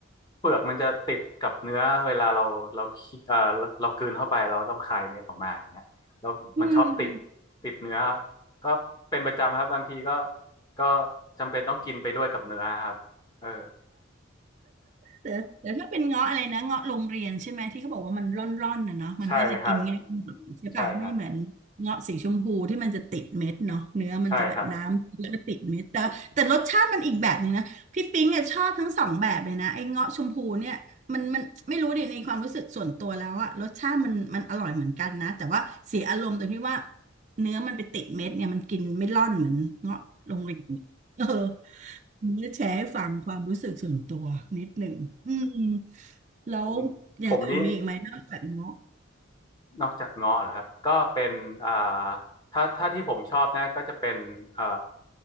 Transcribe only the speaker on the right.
อืม
แต่แต่ถ้าเป็นเงาะอะไรนะเงาะโรงเรียนใช่ไหมที่เขาบอกว่ามันร่อนๆน่ะเนาะมันก็จะกินง่ายหน่อยใช่ปะไม่เหมือนเงาะสีชมพูที่มันจะติดเม็ดเนาะเนื้อมันจะแบบน้ำมันก็ติดเม็ดแต่แต่รสชาติมันอีกแบบหนึ่งนะพี่ปิ๊งอะชอบทั้งสองแบบเลยนะไอ้เงาะชมพูเนี่ยมันมันไม่รู้ดิในความรู้สึกส่วนตัวแล้วอะรสชาติมันมันอร่อยเหมือนกันนะแต่ว่าเสียอารมณ์ตรงที่ว่า
เนื้อมันไปติดเม็ดเนี่ยมันกินไม่ร่อนเหมือนเงาะโรงเรียนเออ เนี่ยแชร์ให้ฟังความรู้สึกส่วนตัวนิดหนึ่ง อืม
แล้ว
อย่างอื่นมีอีกไหมนอกจากเงาะ